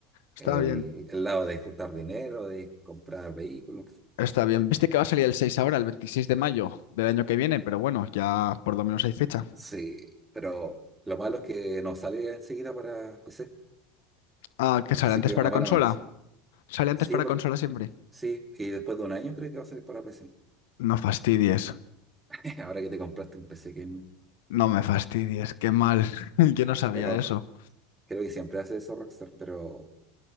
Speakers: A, on the left (about 75°); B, on the right (about 15°).
A: está
B: el,
A: bien.
B: el lado de juntar dinero, de comprar vehículos.
A: Está bien. Viste que va a salir el 6 ahora, el 26 de mayo del año que viene, pero bueno, ya por lo menos hay fecha.
B: Sí, pero lo malo es que no sale enseguida para PC.
A: Ah, que sale
B: Así
A: antes
B: que una
A: para
B: mala
A: consola.
B: noticia.
A: Sale antes
B: Sí,
A: para
B: porque,
A: consola siempre.
B: sí, y después de un año creo que va a salir para PC.
A: No fastidies.
B: <laughs> Ahora que te compraste un PC gamer.
A: No me fastidies. Qué mal. <laughs> Yo no sabía
B: Pero
A: eso.
B: creo que siempre hace eso Rockstar, pero